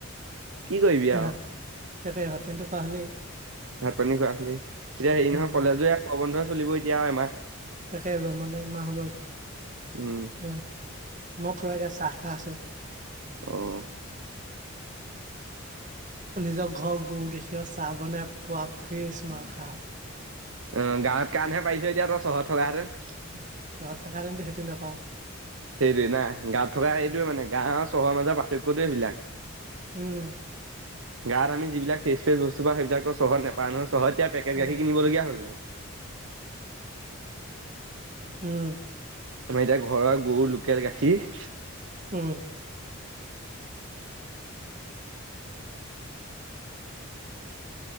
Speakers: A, on the right (about 70°); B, on the right (about 35°).
A: কি কৰিবি আৰু।
B: ভাত তাকে ভাত নটো খোৱা হ'লে।
A: ভাত পানী খোৱা হলি এতিয়া হেৰি
B: উম
A: নহয় কলেজো প্ৰবন্ধ চলিব এতিয়া এমাহ।
B: তাকে গ মানে একমাহ হ গবৈ।
A: উম,
B: অ, মই পুৰাে চাহ খাহ আছো।
A: অ',
B: <inaudible> নিজৰ ঘৰ গৰু গাখীৰ চাহ বনাই পোৱা ফিৰ স্মমান সাজ
A: অ, গাৱত কাৰণহে পাইছো এতিয়া ত চহৰত থকা
B: তহত থকা <unintelligible> সেইটো নোপাওঁ।
A: সেইটোৱে না গাত থকা এইোৱে মানে গাও চহৰৰ মাজৰ পাৰ্থক্যটোৱ এইবিলাক।
B: উম,
A: গাঁওত আমি যিবিলাক ফ্ৰেচ ফ্ৰেচ বস্তু পাওঁ সেই বিলাক চহৰত নাপাওঁ নহয় চহৰত এতিয়া পেকেট
B: অ
A: গাখীৰ কিনিবলগীয়া হ'ল নহয়।
B: উম,
A: আমাৰ এতিয়া ঘৰৰ গৰু লোকেল গাখীৰ।
B: উম,